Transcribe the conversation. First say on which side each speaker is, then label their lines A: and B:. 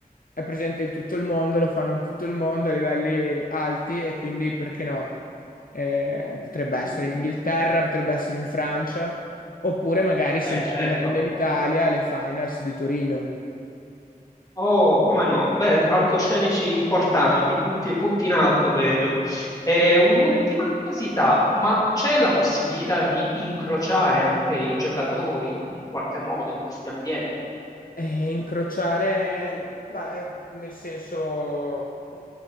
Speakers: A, on the left; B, on the left.
A: è presente in tutto il mondo, lo fanno in tutto il mondo a livelli alti e quindi perché no? Eh, potrebbe essere
B: Mm,
A: in Inghilterra, potrebbe essere in Francia, oppure magari sempre
B: Beh, certo.
A: rimanendo in Italia, le finals di Torino.
B: Oh, come no? Beh, palcoscenici importanti, punti, punti in alto, vedo. E un'ultima curiosità, ma c'è la possibilità di incrociare anche i giocatori in qualche modo in questi ambienti?
A: Eh, incrociare, beh, nel senso,